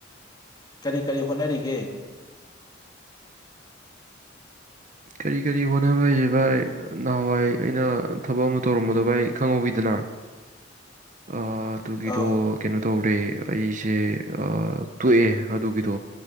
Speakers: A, on the left; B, on the right.
A: ꯀꯔꯤ ꯀꯔꯤ ꯍꯣꯠꯅꯔꯤꯒꯦ
B: ꯀꯔꯤ ꯀꯔꯤ ꯍꯣꯠꯅꯕ ꯍꯥꯏꯁꯦ ꯚꯥꯏ ꯅꯍꯋꯥꯏ ꯑꯩꯅ ꯊꯕꯛ ꯑꯃ ꯇꯧꯔꯝꯕꯗꯣ ꯚꯥꯏ ꯈꯪꯍꯧꯋꯤꯗꯅ ꯑ ꯑꯗꯨꯒꯤꯗꯣ
A: ꯑꯧ
B: ꯀꯩꯅꯣ ꯇꯧꯔꯦ ꯑꯩꯁꯦ ꯑ ꯇꯣꯛꯑꯦ ꯑꯗꯨꯒꯤꯗꯣ